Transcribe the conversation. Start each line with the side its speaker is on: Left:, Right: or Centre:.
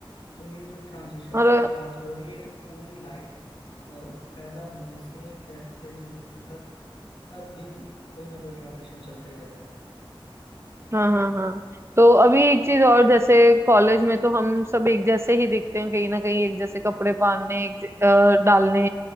Left: तो ये जो ट्रांजिशंस
Right: और
Left: की बात हो रही है तो पूरी लाइफ पैदा होने से कह सकते हैं कि मृत्यु तक हर दिन कोई ना कोई ट्रांजिशन चलता ही रहता है
Right: हाँ हाँ हाँ तो अभी एक चीज और जैसे कॉलेज में तो हम सब एक जैसे ही दिखते हैं कहीं ना कहीं एक जैसे कपड़े पहनने एक ज- अ, डालने